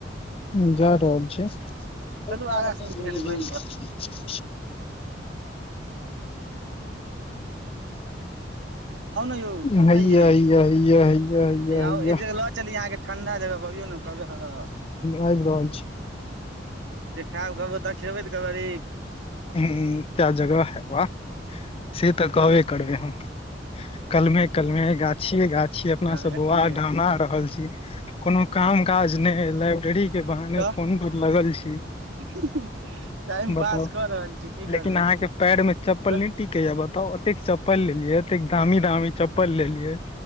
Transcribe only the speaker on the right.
चलू आगाँ सब कनि घुमि कऽ आउ न यौ
कतऽ यै
आउ एक
जगह लऽ चलि अहाँके ठण्डा जगह पऽ अबियौ ने कहबै हं
देखायब <unintelligible> तऽ खेबै तऽ कबरी
चलू
अथिये
तऽ
<unintelligible> टाइम
पास कऽ रहल छी की करबै
बस